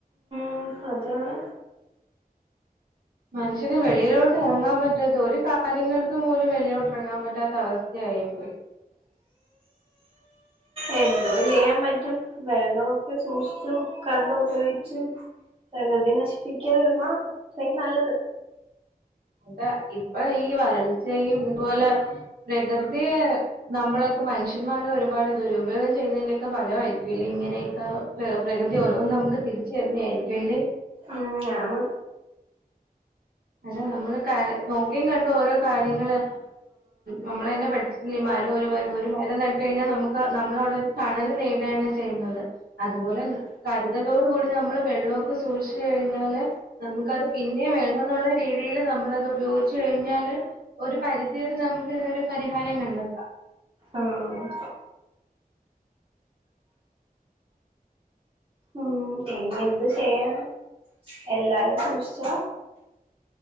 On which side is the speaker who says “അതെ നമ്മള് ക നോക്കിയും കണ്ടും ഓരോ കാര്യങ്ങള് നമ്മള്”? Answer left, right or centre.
Right